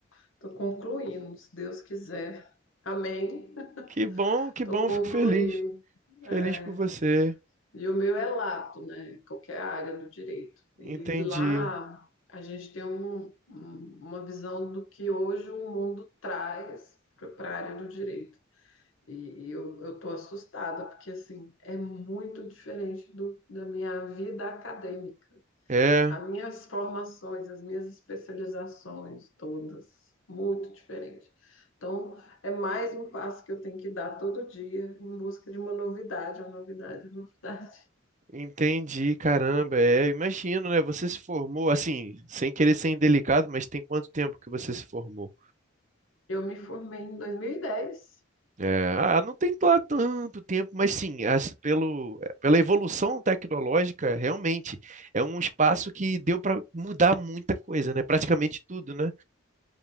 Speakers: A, on the left (about 85°); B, on the right (about 40°).
A: Estou concluindo, se Deus quiser. Amém.
B: Que bom, que
A: Estou
B: bom,
A: concluindo.
B: fico feliz. Feliz
A: É,
B: por você.
A: e o meu é lato, né? Qualquer área do direito. E
B: Entendi.
A: lá a gente tem um- um- uma visão do que hoje o mundo traz para a área do direito. E, e eu, eu tô assustada, porque assim, é muito diferente do, da minha vida acadêmica.
B: É,
A: As minhas formações, as minhas especializações, todas, muito diferente. Então, é mais um passo que eu tenho que dar todo dia em busca de uma novidade, uma novidade, uma novidade.
B: entendi, caramba. É, imagino, né? Você se formou, assim, sem querer ser indelicado, mas tem quanto tempo que você se formou?
A: Eu me formei em 2010,
B: É, ah, não tem lá tanto tempo, mas sim, as- pelo, é, pela evolução tecnológica, realmente é um espaço que deu para mudar muita coisa, né? Praticamente tudo, né?